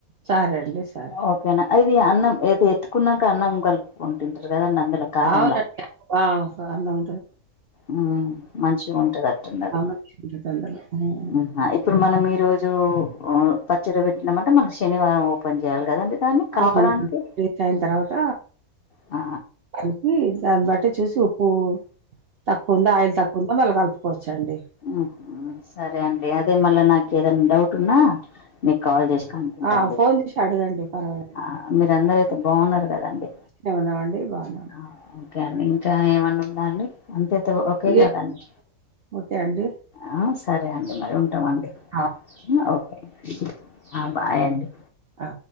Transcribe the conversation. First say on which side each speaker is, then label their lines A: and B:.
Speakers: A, on the right; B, on the left.
A: సరే అండి సరే
B: ఓకేనా అది అన్నం అయితే ఎత్తుకున్నాక అన్నం కలుపుకొని తింటారు కదాండి అందులో కారంలా
A: అవునక్క ఆ ఆ అన్నం
B: ఉమ్ మంచిగా ఉంటాది అట్టు ఉన్నది
A: ఆ! మంచిగుంటది అందులో. హ్మ్.
B: అది ఇప్పుడు మనం ఈ రోజు ఉ పచ్చడి పెట్టినమంటే మనం శనివారం ఓపెన్ చేయాలి కదండి దాన్ని కలపడానికి
A: అవును రీచ్ అయిన తర్వాత
B: ఆ
A: కలిపి దాన్ని బట్టి చూసి ఉప్పు తక్కువ ఉందా ఆయిల్ తక్కువ ఉందా మళ్ళ కలుపుకోవచ్చండి
B: ఉహు సరే అండి అదే మళ్ళా నాకి ఏదన్నా డౌట్ ఉన్నా మీకి కాల్ చేసి కనుకుంటాండి
A: ఆ ఫోన్ చేసి అడగండి పర్వాలేదు
B: ఆ మీరు అందరయితే బాన్నారు కదండి
A: నే ఉన్నామండి బానే ఉన్నా
B: ఆ ఓకే అండి ఇంకా ఏమన్నా ఉందా అండి అంతయితే
A: ఉ
B: ఓకే కదండి
A: ఓకే అండి
B: ఆ సరే అండి మరి ఉంటామండి
A: ఆ
B: ఆ ఓకే ఆ బాయ్ అండి
A: ఆ